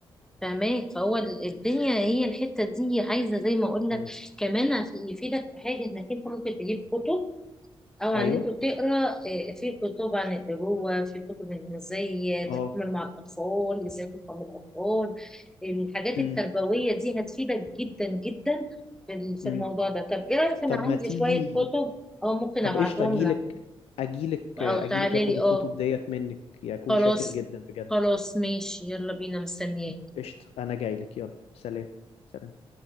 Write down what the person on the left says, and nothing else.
مم.
ايوه
اه
امم
امم
طب
ما تيجي
طب
قشطة اجيلك
اجيلك اجيلك
اخد
الكتب
ديت منك يكون
شاكر جدا بجد
قشطة انا جايلك يلا سلام سلام